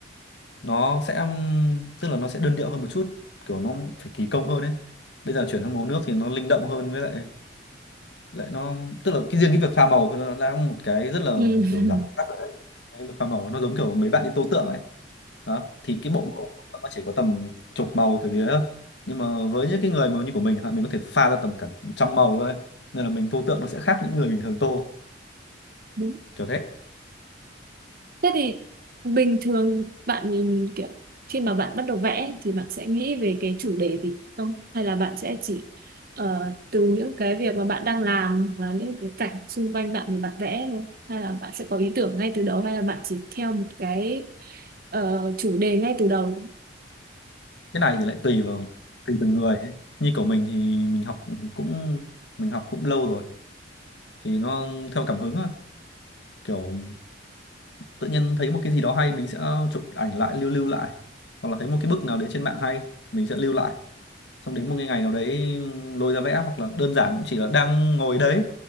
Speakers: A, on the left; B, on the right.
A: nó sẽ um, tức là nó sẽ đơn điệu hơn một chút kiểu nó phải kỳ công hơn ấy bây giờ chuyển sang màu nước thì nó linh động hơn với lại lại nó tức là cái riêng cái việc pha màu thôi nó đã một cái rất là
B: Ừ. <laughs>
A: kiểu giảm stress rồi. cái việc pha màu nó giống kiểu mấy bạn đi tô tượng ấy đó thì cái bộ màu của nó chỉ có tầm chục màu kiểu gì đấy thôi nhưng mà với những cái người mà như của mình chẳng hạn mình có thể pha ra tầm cả trăm màu thôi nên là mình tô tượng nó sẽ khác những người bình thường tô
B: Đúng.
A: kiểu thế
B: Thế thì bình thường bạn nhìn kiểu khi mà bạn bắt đầu vẽ thì bạn sẽ nghĩ về cái chủ đề gì không? Hay là bạn sẽ chỉ ờ, từ những cái việc mà bạn đang làm hoặc là những cái cảnh xung quanh bạn mà bạn vẽ thôi? Hay là bạn sẽ có ý tưởng ngay từ đầu hay là bạn chỉ theo một cái ờ, chủ đề ngay từ đầu?
A: cái này thì lại tùy vào tùy từng người ấy. như của mình thì mình học cũng mình học cũng lâu rồi thì nó theo cảm hứng thôi kiểu tự nhiên thấy một cái gì đó hay mình sẽ chụp ảnh lại lưu lưu lại hoặc là thấy một cái bức nào đấy trên mạng hay mình sẽ lưu lại xong đến một cái ngày nào đấy lôi ra vẽ hoặc là đơn giản cũng chỉ là đang ngồi đấy